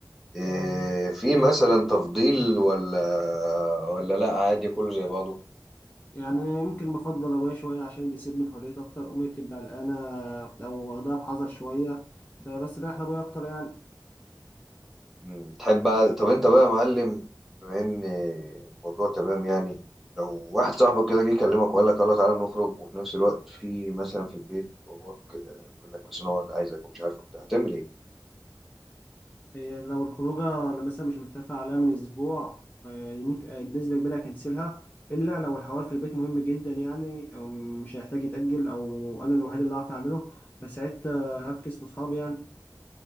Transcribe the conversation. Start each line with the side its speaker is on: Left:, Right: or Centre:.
Centre: إيه في مثلا تفضيل ولا ولا لا عادي كله زي بعضه
Left: يعني يمكن بفضل ابويا شويه عشان بيسيبني بحرية اكتر امي بتبقى قلقانه او واخدها بحذر شويه فبس رايح لابويا اكتر يعني
Centre: مم. تحب بقى طب انت بقى يا معلم بما ان الموضوع تمام يعني لو واحد صاحبك كده جه يكلمك وقال لك يلا تعالى نخرج وفي نفس الوقت في مثلا في البيت باباك آه، بيقول لك مثلا اقعد عايزك ومش عارف وبتاع هتعمل ايه؟
Left: هي لو الخروجة اللي مثلا مش متفق عليها من أسبوع آه، ممكن آه، بنسبة كبيرة أكنسلها إلا لو الحوار في البيت مهم جدا يعني أو مش هيحتاج يتأجل أو أنا الوحيد اللي هعرف أعمله فساعتها هفكس لأصحابي يعني